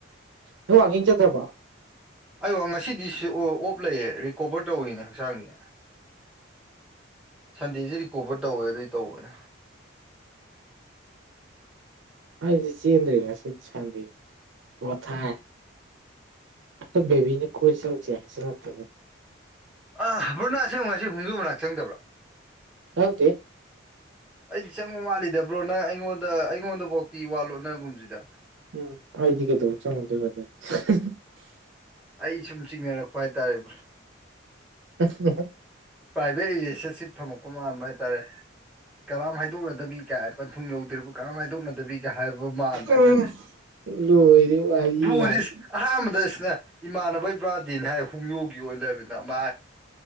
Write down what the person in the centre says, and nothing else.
ꯑꯩ ꯋꯥ ꯉꯁꯤꯗꯤ ꯑꯣꯞ ꯂꯩꯌꯦ ꯔꯤꯀꯣꯚꯔ ꯇꯧꯋꯤꯅꯦ ꯍꯛꯆꯥꯡꯒꯤ ꯁꯟꯗꯦꯁꯤ ꯔꯤꯀꯣꯚꯔ ꯇꯧꯋꯦ ꯑꯗꯨꯏ ꯇꯧꯕꯅꯦ
ꯑ ꯕ꯭ꯔꯅꯥꯁ ꯑꯃ ꯉꯁꯤ ꯍꯨꯝꯖꯨ ꯃꯅꯥꯛ ꯆꯪꯗꯕ꯭ꯔꯥ
ꯑꯩꯗꯤ ꯆꯪꯉꯣ ꯃꯥꯜꯂꯤꯗ ꯕ꯭ꯔꯣ ꯅꯪ ꯑꯩꯉꯣꯟꯗ ꯑꯩꯉꯣꯟꯗꯐꯧꯇꯤ ꯋꯥꯠꯂꯣꯅꯒꯨꯝꯁꯤꯗ
ꯑꯩ ꯁꯨꯝ ꯆꯤꯡꯅꯔꯛꯄ ꯍꯥꯏꯇꯥꯔꯦꯕꯥ
ꯄ꯭ꯔꯥꯏꯚꯦꯠ ꯔꯤꯂꯦꯁꯟꯁꯤꯞ ꯊꯝꯃꯛꯄ ꯃꯥꯟꯕ ꯍꯥꯏꯇꯥꯔꯦ ꯀꯔꯝ ꯍꯥꯏ ꯈꯥꯏꯗꯣꯛꯅꯗꯕꯤ ꯀꯦ ꯄꯟꯊꯨꯡ ꯌꯧꯗ꯭ꯔꯤꯕ ꯀꯔꯝ ꯍꯥꯏꯗꯣꯛꯅꯗꯕꯤꯒꯦ ꯍꯥꯏꯕ ꯃꯥꯟꯕ
ꯍꯥꯏꯇꯥꯔꯦ
ꯕ꯭ꯔꯣꯖꯤꯁ
ꯑꯍꯃꯗꯁ ꯁꯤꯅ ꯏꯃꯥꯟꯅꯕ ꯏꯕ꯭ꯔꯥꯗꯤꯟ ꯍꯥꯏ ꯍꯣꯡꯌꯨꯒꯤ ꯑꯣꯏꯅ ꯂꯩꯕꯅꯤꯅ ꯃꯥ